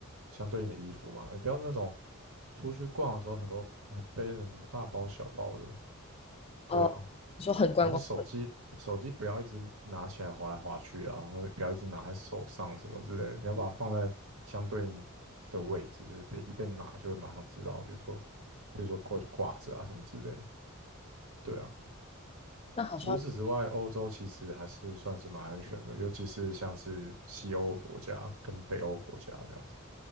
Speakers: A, on the right; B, on the left.
A: 相对应的衣服嘛，你不要那种出去逛的时候很多还背着什么大包小包的，对啊，
B: 哦，你说很观光，
A: 然后手机手机不要一直拿起来滑来滑去啊，然后不要一直拿在手上什么之类的，你要把它放在相对应的位置，就是被一被拿就会马上知道，比如说比如说挂挂着啊什么之类的，对啊。
B: 那好像，
A: 除此之外，欧洲其实还是算是蛮安全的，尤其是像是西欧国家跟北欧国家这样子。